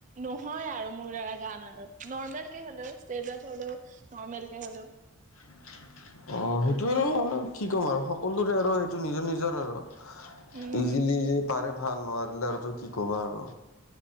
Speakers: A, on the right; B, on the left.
A: নহয় আৰু মোৰ দাৰা গান আৰু নৰ্মেল কে হ'লেও ষ্টেজত হ'লেও নৰ্মেল কে হ'লেও।
B: <inaudible> অ', সেইটো আৰু কি ক'ম আৰু সকলোৰে আৰু সেইটো নিজৰ নিজৰ আৰু
A: উম
B: ইজিলি যি পাৰে ভাল। নোৱাৰিলে আৰু টো কি ক'বা আৰু।